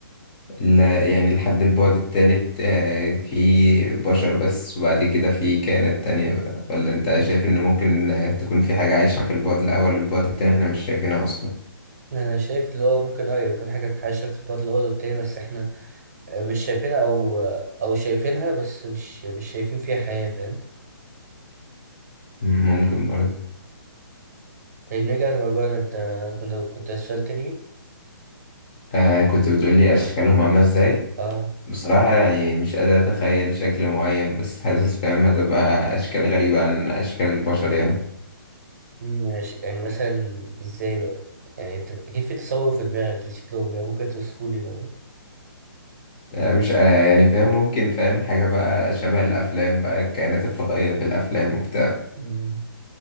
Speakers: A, on the left; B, on the right.
A: لا يعني لحد البعد التالت آه، في بشر بس وبعد كده في كائنات تانية بقى ولا انت
B: مم.
A: شايف ان ممكن آه، تكون في حاجة عايشة في البعد الأول والبعد التاني احنا مش شايفينها أصلا
B: انا شايف اللي هو ممكن اه يكون حاجة في حاجة في البطل الأول والتاني بس احنا مش شايفينها او او شايفينها بس مش مش شايفين فيها حياة فاهم
A: ممكن برضه
B: طيب نرجع لموضوعنا انت كنت كنت سؤال تاني
A: آه كنت بتقولي أشكالهم عاملة ازاي
B: اه
A: بصراحة يعني مش قادر أتخيل شكل معين بس حاسس فاهم هتبقى أشكال غريبة عن أشكال البشر يعني
B: ماشي يعني مثلا ازاي بقى يعني انت اكيد في تصور في دماغك لشكلهم يعني ممكن توصفه لي لو
A: آه مش آه يعني فاهم ممكن فاهم حاجة بقى شبه الأفلام بقى الكائنات الفضائية في الأفلام وبتاع
B: مم.